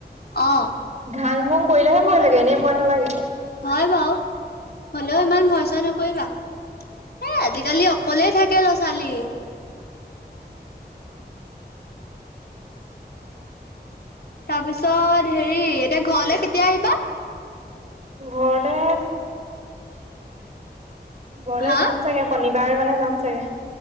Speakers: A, on the left; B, on the right.
A: অ
B: ঘাং ঘুং কৰিলেহে ভয় লাগে এনেই ভয় নালাগে।
A: হয় বাৰু হলেও ইমান ভয় ছয় নকৰিবা। এ আজিকালি অকলেই থাকে ল'ৰা ছোৱালী। তাৰপিছত হেৰি এতিয়া ঘৰলে কেতিয়া আহিবা?
B: ঘৰলে ঘৰলে
A: হা
B: যাম চাগে শনিবাৰে মানে যাম চাগে।